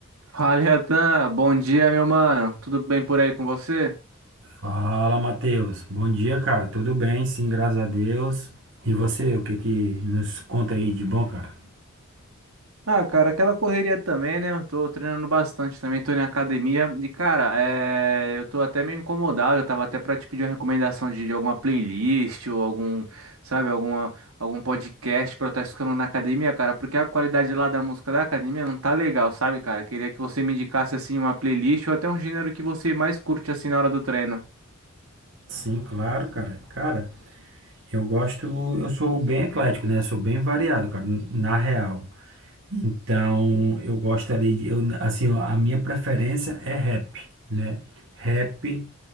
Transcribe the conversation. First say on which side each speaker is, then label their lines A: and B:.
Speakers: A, on the right (about 85°); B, on the right (about 55°).
A: Fala, Yatan. Bom dia, meu mano. Tudo bem por aí com você?
B: Fala, Matheus. Bom dia, cara. Tudo bem? Sim, graças a Deus. E você, o que que nos conta aí de bom, cara?
A: Ah, cara, aquela correria também, né? Eu tô treinando bastante também, tô na academia. E, cara, é... eu tô até meio incomodado. Eu tava até pra te pedir uma recomendação de, de alguma playlist ou algum, sabe, alguma, algum podcast pra eu estar escutando na academia, cara, porque a qualidade lá da música da academia não tá legal, sabe, cara? Queria que você me indicasse, assim, uma playlist ou até um gênero que você mais curte, assim, na hora do treino.
B: Sim, claro, cara. Cara, eu gosto, eu sou bem eclético, né? Sou bem variado, cara, na real. Então, eu gosto ali de, eu, assim, ó, a minha preferência é rap, né? Rap